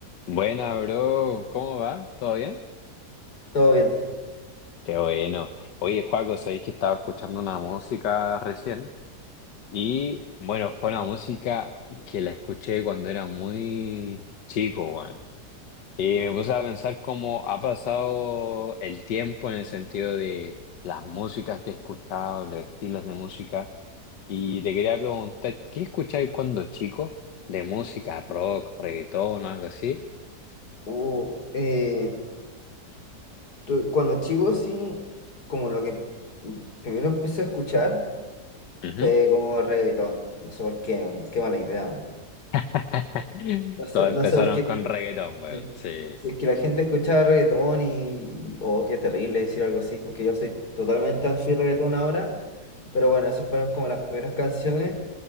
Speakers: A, on the left; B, on the left.
A: Buena, bro. ¿Cómo va? ¿Todo bien?
B: Todo bien.
A: Qué bueno. Oye, Joaco, sabéis que estaba escuchando una música recién. Y bueno, fue una música que la escuché cuando era muy chico, bueno. Y me puse a pensar cómo ha pasado el tiempo en el sentido de las músicas que he escuchado, los estilos de música. Y te quería preguntar, ¿qué escucháis cuando chico? ¿De música, rock, reggaetón o algo así?
B: Hubo, eh, tu- cuando chico sí, como lo que primero empecé a escuchar
A: Ujú.
B: fue como reggaetón. No sé por qué, weón, qué mala idea. weón.
A: <laughs>
B: No sé,
A: Todos empezaron
B: no sé por qué
A: con reggaetón, güey
B: Sí.
A: Sí.
B: Sí, es que la gente escuchaba reggaetón y, y- Oh, qué terrible decir algo así, porque yo soy totalmente anti-reggaetón ahora. Pero bueno, esas fueron como las primeras canciones.